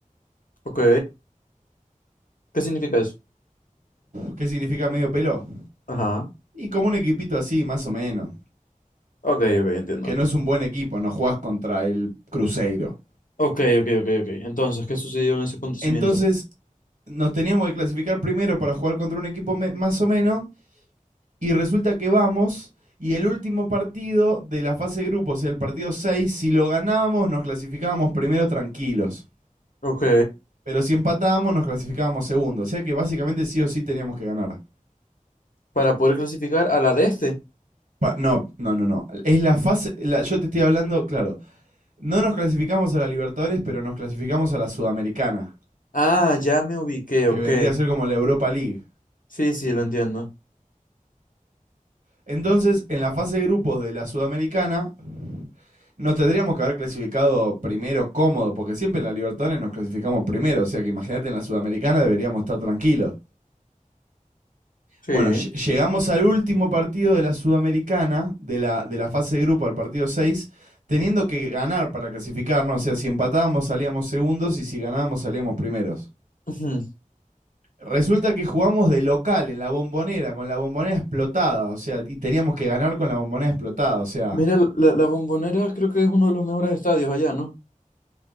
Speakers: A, on the left (about 70°); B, on the right (about 70°).
A: Ok. ¿Qué significa eso?
B: ¿Qué significa medio pelo?
A: Ajá.
B: Y como un equipito así, más o menos,
A: Ok, ok, entiendo.
B: que no es un buen equipo, no jugás contra el Cruzeiro.
A: Ok, ok, ok, ok. Entonces, ¿qué sucedió en ese acontecimiento?
B: Entonces nos teníamos que clasificar primero para jugar contra un equipo más o menos, y resulta que vamos, y el último partido de la fase de grupos, o sea, el partido 6, si lo ganábamos nos clasificábamos primero tranquilos,
A: Ok,
B: pero si empatábamos nos clasificábamos segundo, o sea que básicamente sí o sí teníamos que ganar.
A: para poder clasificar a la de este.
B: Pa- no, no, no, no. Es la fase, la- yo te estoy hablando, claro, no nos clasificamos a la Libertadores, pero nos clasificamos a la Sudamericana.
A: Ah, ya me ubiqué,
B: que
A: ok.
B: vendría a ser como la Europa League.
A: Sí, sí, lo entiendo.
B: Entonces, en la fase de grupos de la Sudamericana, nos tendríamos que haber clasificado primero cómodo, porque siempre en la Libertadores nos clasificamos primero, o sea que imagínate en la Sudamericana deberíamos estar tranquilos.
A: Sí.
B: Bueno, lle- llegamos al último partido de la Sudamericana, de la, de la fase de grupo, al partido 6, teniendo que ganar para clasificarnos, o sea, si empatábamos salíamos segundos y si ganábamos salíamos primeros.
A: Ujú.
B: Resulta que jugamos de local en la bombonera, con la bombonera explotada, o sea, y teníamos que ganar con la bombonera explotada, o sea.
A: Mira, la, la Bombonera creo que es uno de los mejores estadios allá, ¿no?